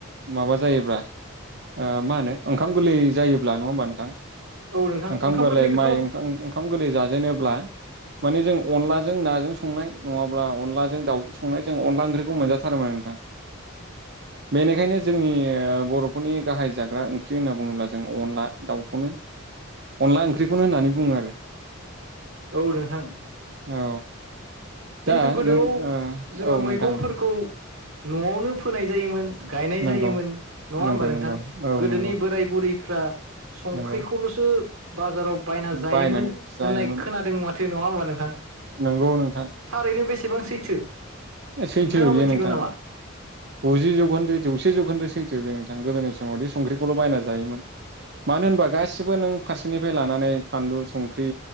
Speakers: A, on the right; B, on the right.
A: माबा जायोब्ला ओ मा होनो ओंखाम गोरलै जायोब्ला नङा होमबा नोंथां?
B: औ नोंथां
A: ओंखाम गोरलै
B: गोरलैखौथ'
A: माइ ओंखाम गोरलै जाजेनोब्ला माने जों अनलाजों नाजों संनाय नङाब्ला अनलाजों दाउजों संनाय जों अनला ओंख्रिखौ मोनजाथारोमोन नोंथां। <inaudible> बेनिखायनो जोंनि बर'फोरनि गाहाय जाग्रा ओंख्रि होनना बुङोब्ला जों अनला दाउखौनो अनला ओंख्रिखौनो होननानै बुङो आरो।
B: औ नोंथां।
A: औ
B: जिहेथु
A: दा
B: गोदोआव
A: नों
B: जोंहा
A: ओ औ
B: मैगंफोरखौ
A: नोंथां
B: न'आवनो फोनाय जायोमोन। गायनाय
A: नंगौ
B: जायोमोन नङा
A: नंगौ
B: होमबा नोंथां?
A: नंगौ औ
B: गोदोनि
A: नंगौ
B: बोराय बुरैफ्रा संख्रिखौलसो
A: नंगौ
B: बाजाराव बायना जायोमोन
A: बायनानै जायोमोन
B: होननाय खोनादों माथो नङा नोंथां
A: नंगौ नों।
B: थारैनो बेसेबां सैथो।
A: सैथो
B: नोंथाङा
A: बेयो
B: मोनथिगौ
A: नोंथां
B: नामा
A: गुजि जौखोन्दो जौसे जौखोन्दो सैथो बेयो नोंथां गोदोनि। <unintelligible> संख्रिखौल बायना जायोमोन। मानो होनबा गासिबो नों फारसेनिफ्राय लानानै फानलु संख्रि।